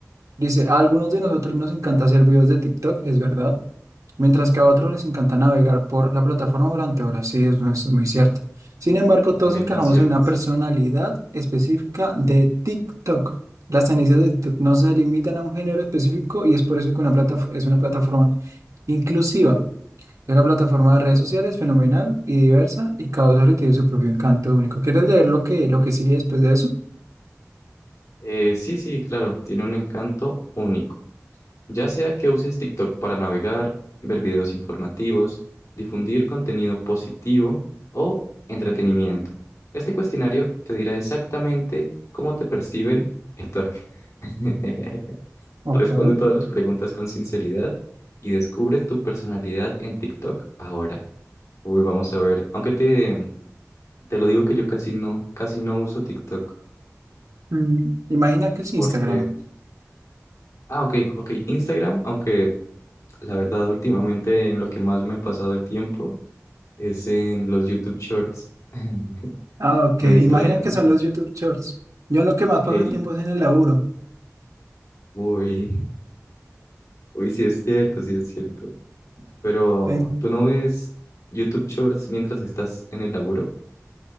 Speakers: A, on the right; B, on the left.
A: Dice, a algunos de nosotros
B: Vale,
A: nos
B: perfecto.
A: encanta hacer videos de TikTok, es verdad. mientras que a otros les encanta navegar por la plataforma durante horas. Sí, es, es muy cierto. Sin embargo,
B: También
A: todos encajamos
B: es muy cierto,
A: en una
B: sí.
A: personalidad específica de TikTok. Las tendencias de TikTok no se limitan a un género específico y es por eso que una plata, es una plataforma inclusiva. Es una plataforma de redes
B: ¿no?
A: sociales fenomenal y diversa y cada usuario tiene su propio encanto único. ¿Quieres leer lo que, lo que sigue después de eso?
B: Eh, sí, sí, claro, tiene un encanto único. Ya sea que uses TikTok para navegar, ver videos informativos, difundir contenido positivo o entretenimiento. Este cuestionario te dirá exactamente cómo te perciben en TikTok. <laughs>
A: Ok.
B: Responde todas las preguntas con sinceridad y descubre tu personalidad en TikTok ahora. Uy, vamos a ver. Aunque te, te lo digo que yo casi no, casi no uso TikTok.
A: Mm, imagina que es
B: Porque.
A: Instagram.
B: Ah, ok, ok. Instagram, aunque la verdad, últimamente en lo que más me he pasado el tiempo es en los YouTube Shorts. <laughs>
A: Ah, ok.
B: Me
A: Imagina
B: distraen
A: que son
B: mucho.
A: los YouTube Shorts. Yo en lo que más
B: Ok.
A: paso el tiempo es en el laburo.
B: Uy. Uy, sí es cierto, sí es cierto. Pero,
A: Em,
B: ¿tú no ves YouTube Shorts mientras estás en el laburo?